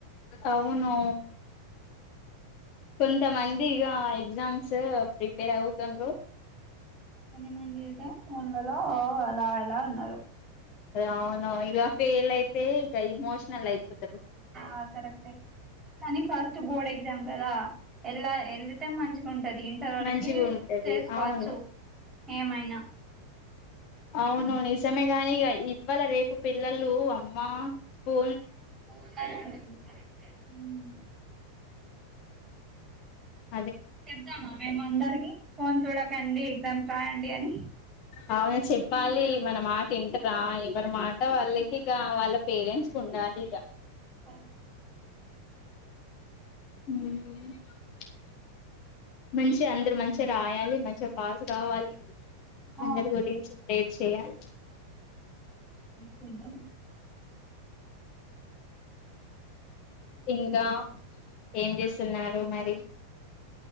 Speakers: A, on the left; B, on the right.
A: అవును కొంతమంది ఇక ఎగ్జామ్స్ ప్రిపేర్ అవుతుండ్రు
B: మన మంది దా మన్లలో అలా ఎలా ఉన్నారు
A: అవును ఇగ ఫేల్ అయితే ఇగ ఇమోషనల్ అయిపోతరు
B: ఆ కరెక్ట్ ఏ కానీ ఫస్ట్ బోర్డ్ ఎగ్జామ్ కదా ఎళ్లా వెళితే మంచిగుంటది ఇంతవరకి
A: మంచిగా ఉంటది
B: చేసుకోవచ్చు
A: అవును
B: ఏమైనా
A: అవును నిజమే కానీక ఇవ్వాళ రేపు పిల్లలు అమ్మ ఫో
B: ఉం
A: ఉ
B: చేపదామా మేము అందరికి ఫోన్ చూడకండి ఎగ్జామ్స్ రాయండి అని
A: అవును చెప్పాలి మన మాట వింటరా ఎవరి మాట వాళ్ళకిక వాళ్ళ పేరెంట్స్ ఉండాలి ఇక
B: సరే
A: ఉం మంచిగా అందరు మంచిగా రాయాలి మంచిగా పాస్ కావాలి
B: ఓ,
A: అందరు గురించి ప్రేర్ చేయాలి
B: చేద్దాం
A: ఇంకా ఏం చేస్తున్నారు మరి